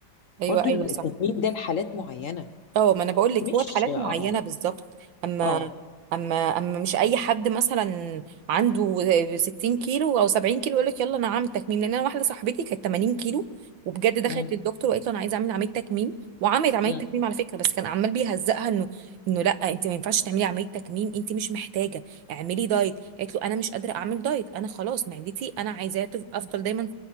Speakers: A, on the right (about 80°); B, on the left (about 55°).
A: ايوه
B: برضو
A: ايوه
B: التكميم
A: صح
B: ده لحالات معينه
A: اه ما انا بقول لك
B: مش
A: هو الحالات
B: اه
A: معينه بالظبط اما
B: اه
A: اما اما مش اي حد مثلا عنده 60 كيلو او 70 كيلو يقول لك يلا انا هعمل تكميم لان انا واحده صاحبتي كانت 80 كيلو وبجد دخلت
B: مم.
A: للدكتور وقالت له انا عايزه اعمل عمليه تكميم وعملت عمليه
B: مم.
A: تكميم على فكره بس كان عمال بيهزقها انه انه لا انت ما ينفعش تعملي عمليه تكميم انت مش محتاجه اعملي دايت قالت له انا مش قادره اعمل دايت انا خلاص معدتي انا عايزاها تف- افضل دايما